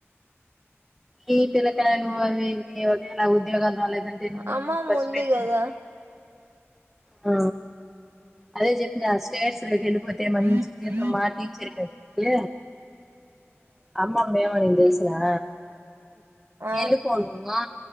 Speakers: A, in the centre; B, on the right.
A: ఈ పిల్లకాయలు అవి ఇవి ఒకేలాగా ఉద్యోగాలు రాలేదంటే నీమీద
B: అమ్మమ్మ
A: ఎంత ఖర్చు
B: ఉంది
A: పెడ్తిని
B: కదా
A: ఆ అదే చెప్పినా స్టేట్స్ లోకి ఎళ్ళిపోతే మంచి
B: ఉమ్
A: జీతం మా టీచర్ కి అయితే తే అమ్మమ్మ ఏం అనింది తెలుసునా
B: ఆ ఆ
A: ఎళ్ళిపో నువ్వు